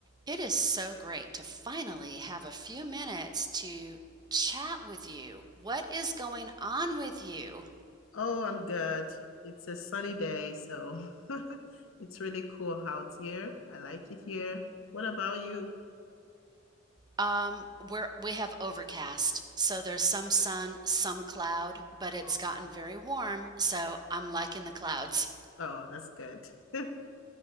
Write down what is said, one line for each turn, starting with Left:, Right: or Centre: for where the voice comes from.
Right: It is so great to finally have a few minutes to chat with you. What is going on with you?
Left: Oh, I'm good. It's a sunny day, so <laughs> it's really cool out here. I like it here. What about you?
Right: Um, we're we have overcast, so there's some sun, some cloud, but it's
Left: Oh,
Right: gotten very warm, so I'm liking the clouds.
Left: oh, that's good. <laughs>